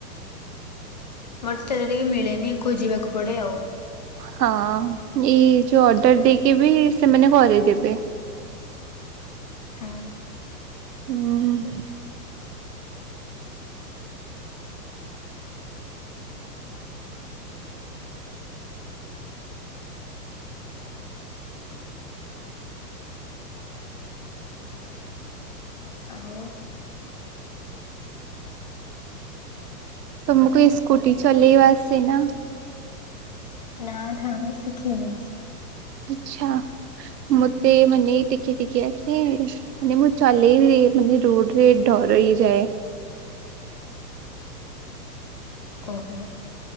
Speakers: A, on the left; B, on the right.
A: ମୋଟେ ଥର ଟିକେ ମିଳେନି ଖୋଜିବାକୁ ପଡେ ଆଉ
B: ହଁ ଏଇ ଯୋଉ ଅର୍ଡର ଦେଇକି ବି ସେମାନେ କରେଇଦେବେ।
A: ହାଁ।
B: ହୁଁ ହୁଁ।
A: ଆଉ
B: ତମକୁ ଏ ସ୍କୁଟି ଚଲେଇବା ଆସେ ନା
A: ନା ଥା। ମୁଁ ଶିଖିନି
B: ଆଛା ମତେ ମାନେ ଟିକେ ଟିକେ ଆସେ ମାନେ ମୁଁ ଚଲେଇ ମାନେ ରୋଡ ରେ ଡର ହେଇଯାଏ।
A: ଓହୋ।